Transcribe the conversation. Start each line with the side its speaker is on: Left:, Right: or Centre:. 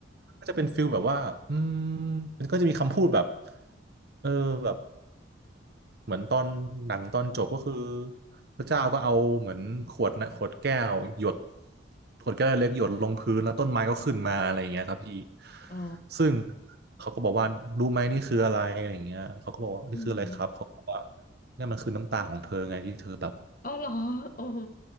Right: ก็จะเป็นฟิลแบบว่าอืมมันก็จะมีคำพูดแบบเออแบบ เหมือนตอนหนังตอนจบก็คือพระเจ้าก็เอาเหมือนขวดนะขวดแก้วหยดขวดแก้วเล็กหยดลงพื้นแล้วต้นไม้ก็ขึ้นมาอะไรอย่างเงี้ยครับพี่
Left: อ๋อ
Right: ซึ่งเขาก็บอกว่ารู้ไหมนี่คืออะไรอะไรอย่างเงี้ยเขาก็บอกว่านี่คืออะไรครับเขาบอกว่า
Left: อืม
Right: เนี่ยมันคือน้ำตาของเธอไงที่เธอแบบ
Left: อ๋อเหรอโอ้โห